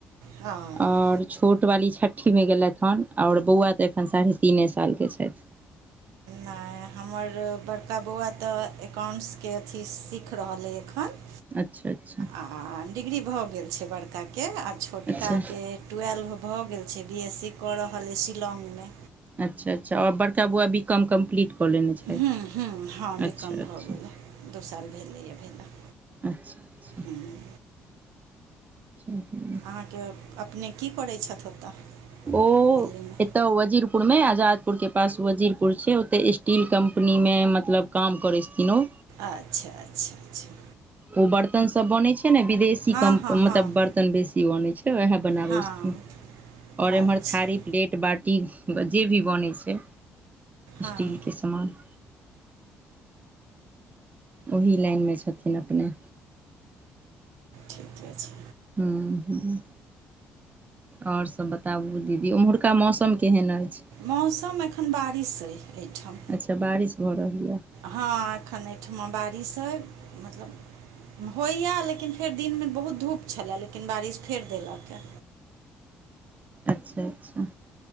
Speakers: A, on the right (about 75°); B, on the right (about 25°).
A: हँ
B: ओर छोट वाली छट्ठी में गेलथि हेन और बौआ तऽ एखन साढ़े तीने साल के छैथ
A: नै हमर बड़का बौआ तऽ एकाउंट्स के अथी सीख रहल अइ एखन
B: अच्छा अच्छा
A: आ डिग्री भऽ गेल छै बड़का के आ छोटका
B: अच्छा
A: के ट्वेल्व भऽ गेल छै बी एस स कऽ रहल अइ शिलोग में
B: अच्छा अच्छा ओ बड़का बौआ वि काॅम कमपिलीट क लेने छै हँ
A: हूँ हूँ बी
B: अच्छा
A: कॉम भऽ
B: अच्छा
A: गेल दू साल भेलैए भेला
B: अच्छा अच्छा
A: हूँ
B: ह ह
A: अहाँ के अपने की करै छथि ओतऽ
B: ओ
A: दिल्लीमे
B: एतय वजीरपुर मे आजादपुर के पास वजीरपुर छै ओते स्टील कम्पनी मे मतलब काम करै छथिन ओ
A: अच्छा अच्छा अच्छा
B: ओ बर्तन सब बनै छै ने विदेश सी
A: हँ
B: कोम
A: हँ हँ
B: बर्तन बेसी बौनय छै बेहा बनाबैय
A: हँ
B: छथीन और
A: अच्छा
B: ऐम्हर प्लेट बाटी जे भी बनै छै
A: हँ
B: स्टील के समान ओही लाईनमे छथिन अपने
A: ठीके अछि
B: हूँ आओर सभ बताबू दीदी ओम्हुरका मौसम केहन अछि
A: मौसम एखन बारिश अइ एहिठाम
B: अच्छा बारिश भऽ रहलीए यऽ
A: हँ एखन एहिठमा बारिश अइ मतलब होइए लेकिन फेर दिनमे बहुत धूप छलए लेकिन बारिश फेर देलकय
B: अच्छा अच्छा